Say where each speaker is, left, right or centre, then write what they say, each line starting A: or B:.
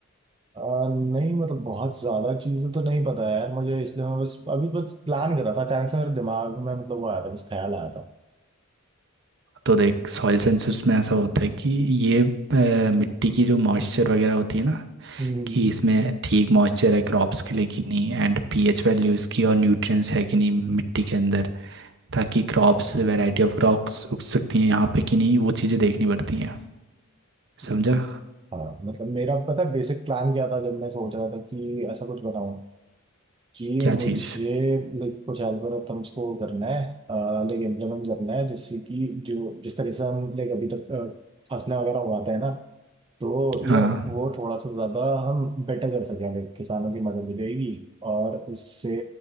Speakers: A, on the right; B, on the right.
A: आ, नहीं मतलब बहुत ज्यादा चीजें तो नहीं पता यार मुझे इसलिए मैं बस अभी बस प्लान कर रहा था अचानक से मेरे दिमाग में मतलब वो आया था बस ख्याल आया था
B: तो देख सॉइल सेंसस में ऐसा होता है कि ये अ, मिट्टी की जो मॉइस्चर वगैरह होती है ना
A: हम्म
B: कि इसमें ठीक मॉइस्चर है क्रॉप्स के लिए कि नहीं एंड पीएच वैल्यू इसकी और न्यूट्रिएंट्स है कि नहीं मिट्टी के अंदर ताकि क्रॉप्स वैरायटी ऑफ क्रॉप्स उग सकती हैं यहाँ पे कि नहीं वो चीज़ें देखनी पड़ती हैं समझा
A: ये तो हाँ मतलब मेरा पता है बेसिक प्लान क्या था जब मैं सोच रहा था कि ऐसा कुछ बनाऊं कि
B: क्या
A: मुझे
B: चीज़
A: like, कुछ एल्गोरिथम्स को करना है लाइक इम्प्लीमेंट करना है जिससे कि जो जिस तरह से हम लाइक अभी तक अ, फसलें वगैरह उगाते हैं ना तो यार
B: हाँ
A: वो थोड़ा सा ज्यादा हम बेटर कर सकें देख, किसानों की मदद मिलेगी और इससे